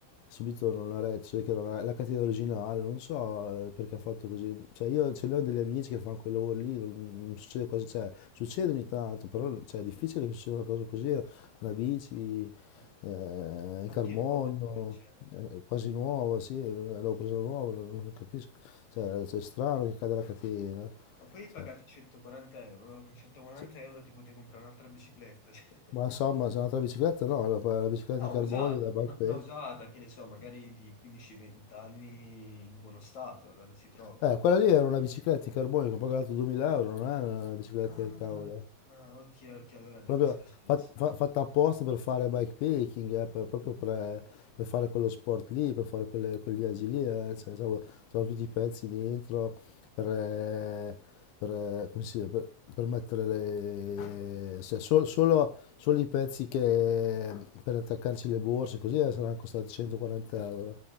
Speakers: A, on the left; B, on the left.
A: subito non la retto, cioè che era la, la catena originale, non so eh, perché ha fatto così. Cioè io ce ne ho degli amici che fanno quel lavoro lì, non, non succede quasi, cioè succede ogni tanto, però cioè, è difficile che succeda una cosa così, una bici
B: Eh,
A: eh, in
B: anche
A: carbonio,
B: l'uovo poi, cioè.
A: eh, quasi nuova, sì, l'avevo presa nuova, non, non capisco. Cioè, cioè, è strano che cade la catena.
B: Ma poi hai pagato
A: cioè,
B: 140 euro, no? Con 140
A: sì.
B: euro ti potevi comprare un'altra bicicletta, <laughs> cioè.
A: Ma insomma, se è un'altra bicicletta, no, la, la bicicletta
B: No,
A: in carbonio
B: usata,
A: da
B: una,
A: bike pack.
B: una usata, che ne so, magari di 15-20 anni in buono stato, la si trova.
A: Eh, quella lì era una bicicletta in carbonio che ho pagato 2000 euro, non è una bicicletta
B: Ah,
A: del cavolo. eh.
B: ah, ok, ok, allora adesso
A: Proprio
B: ha senso.
A: fat- fa- fatta apposta per fare bikepacking, eh, per- proprio per, eh, per fare quello sport lì, per fare quelle- quei viaggi lì. eh,
B: Sì.
A: cioè, c'avevo- c'avevo tutti i pezzi dentro per, eh, per, eh, come si dice, per- per mettere le, cioè, so- solo, solo i pezzi che, per attaccarci le borse, così eh, saranno costati 140 euro.